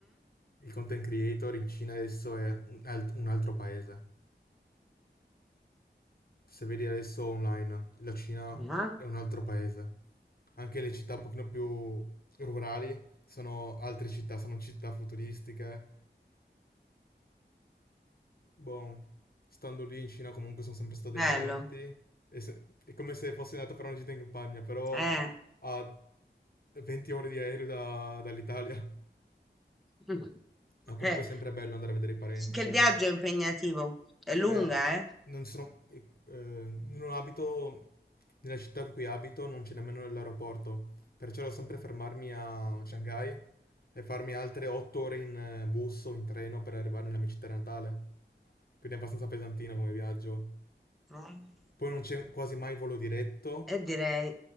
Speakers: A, on the left; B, in the centre.
A: i, i content creator, in Cina adesso è un, alt- un altro paese. Se vedi adesso online, la Cina
B: Mhm. Ah,
A: è un altro paese. Anche le città un pochino più rurali sono altre città, sono città futuristiche, Boh, stando lì in Cina comunque sono sempre stati
B: Bello.
A: parenti, e se- è come se fossi andato a fare una gita in campagna, però
B: Eh.
A: a 20 ore di aereo da- dall'Italia.
B: <laughs> Mm.
A: Ma comunque
B: Eh,
A: è sempre bello andare a vedere i parenti,
B: Che
A: su.
B: il viaggio è impegnativo, è lunga,
A: Eh,
B: eh?
A: non sono, eh, eh, non abito, nella città in cui abito non c'è nemmeno l'aeroporto, perciò devo sempre fermarmi a Shanghai e farmi altre 8 ore in eh, bus o in treno per arrivare nella mia città natale. Quindi è abbastanza pesantino come viaggio.
B: Mm.
A: Poi non c'è quasi mai il volo diretto,
B: E direi,